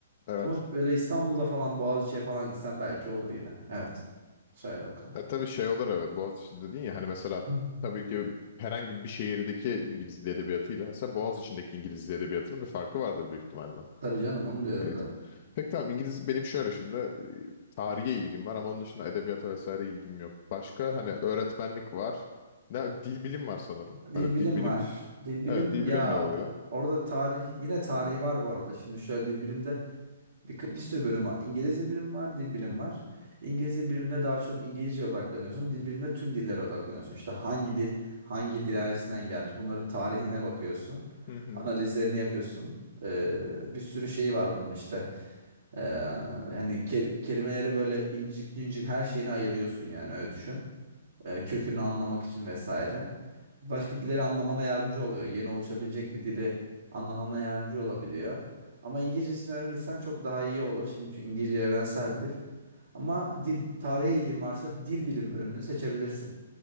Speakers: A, on the left; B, on the right.
A: evet.
B: ama böyle İstanbul'da falan Boğaziçi'ye falan gitsen belki olur yine. Evet. Söyle bakalım.
A: Ya tabii şey olur evet Boğaziçi dedin ya hani mesela
B: Hı.
A: tabii ki herhangi bir şehirdeki İngiliz Dil Edebiyatı'yla mesela Boğaziçi'ndeki İngiliz Dil Edebiyatı'nın bir farkı vardır büyük ihtimalle.
B: Tabii canım onu diyorum
A: Eğitim.
B: zaten.
A: Peki tamam İngiliz benim şöyle şimdi e, tarihe ilgim var ama onun dışında edebiyata vesaire ilgim yok. Başka hani öğretmenlik var. Ne dil bilim var sanırım.
B: Dil
A: Hani
B: bilim
A: dil bilim
B: var. Dil bilim
A: evet dil
B: ya
A: bilim ne oluyor?
B: orada tarih yine tarihi var bu arada. Şimdi şöyle dil bilimde Bir, bir sürü bölüm var. İngiliz dil bilimi var, dil bilimi var. İngiliz dil biliminde daha çok İngilizceye odaklanıyorsun. Dil biliminde tüm dillere odaklanıyorsun. İşte hangi dil, hangi dil ailesinden gelmiş. Bunların tarihine bakıyorsun.
A: Hı hı.
B: Analizlerini yapıyorsun. Ee, bir sürü şeyi var bunun işte. Ee, yani ke- kelimeleri böyle incik incik her şeyini ayırıyorsun yani öyle düşün e, kökünü anlamak için vesaire. Başka dilleri anlamana yardımcı oluyor. Yeni oluşabilecek bir dili anlamana yardımcı olabiliyor. Ama İngilizcesini öğrenirsen çok daha iyi olur. Şimdi çünkü İngilizce evrensel dil. Ama dil tarihe ilgin varsa dil bilim bölümünü seçebilirsin.